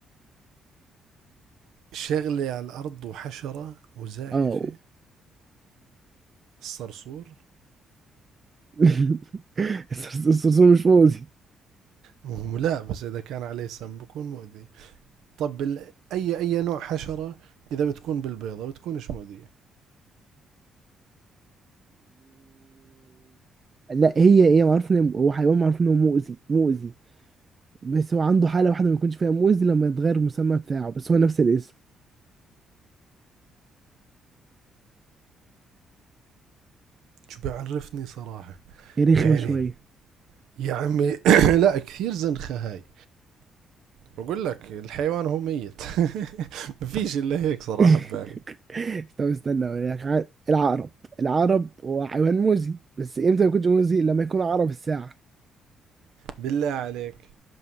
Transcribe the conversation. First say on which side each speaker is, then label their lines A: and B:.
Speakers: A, on the right (about 80°); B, on the right (about 35°).
A: شغلة على الأرض وحشرة وزاحفة
B: اه
A: الصرصور
B: <laughs> الصرصور الصرصور مش مؤذي
A: ما هو لا بس إذا كان عليه سم بكون مؤذي طب ال- أي أي نوع حشرة إذا بتكون بالبيضة بتكونش مؤذية
B: لا هي هي معروف ان هو حيوان معروف انه مؤذي مؤذي بس هو عنده حالة واحدة ما يكونش فيها موز لما يتغير المسمى بتاعه بس هو نفس الاسم
A: شو بيعرفني صراحة
B: هي رخمة
A: يعني
B: شوية
A: يا عمي <coughs> لا كثير زنخة هاي بقول لك الحيوان هو ميت <laughs> <applause> مفيش الا هيك صراحة
B: <laughs>
A: ببالي
B: طب استنى اقول لك ع- العقرب العقرب هو حيوان موزي بس امتى ما يكونش موزي لما يكون عقرب الساعة
A: بالله عليك